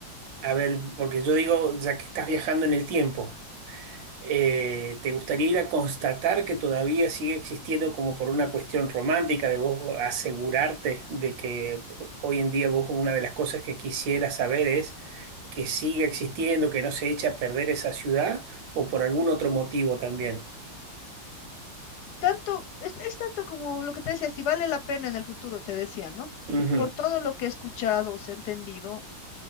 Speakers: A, on the right (about 75°); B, on the left (about 65°).
A: a ver, porque yo digo, ya que estás viajando en el tiempo, eh, ¿te gustaría ir a constatar que todavía sigue existiendo como por una cuestión romántica de vos asegurarte de que hoy en día vos una de las cosas que quisieras saber es que siga existiendo, que no se echa a perder esa ciudad o por algún otro motivo también?
B: tanto, es, es tanto como lo que te decía, si vale la pena en el futuro, te decía, ¿no?
A: Ujú,
B: Por todo lo que he escuchado o se entendido,